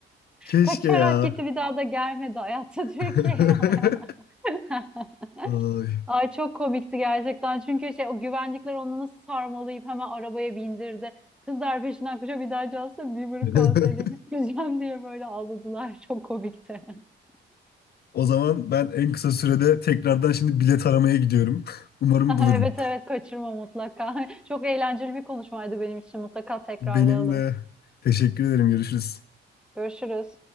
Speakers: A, on the left (about 55°); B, in the centre.
A: Keşke
B: Kaçarak
A: ya.
B: gitti bir daha da gelmedi hayatta Türkiye'ye.
A: <laughs>
B: <laughs>
A: Ay.
B: Ay çok komikti gerçekten. Çünkü şey o güvenlikler onu nasıl sarmalayıp hemen arabaya bindirdi. Kızlar peşinden koşuyor bir daha Justin Bieber'ın
A: <laughs>
B: konserine gitmeyeceğim diye böyle ağladılar. Çok komikti. <laughs>
A: O zaman ben en kısa sürede tekrardan şimdi bilet aramaya gidiyorum. <laughs> Umarım bulurum.
B: Evet evet kaçırma mutlaka. <laughs> Çok eğlenceli bir konuşmaydı benim için. Mutlaka tekrarlayalım.
A: Benim de teşekkür ederim. Görüşürüz.
B: Görüşürüz.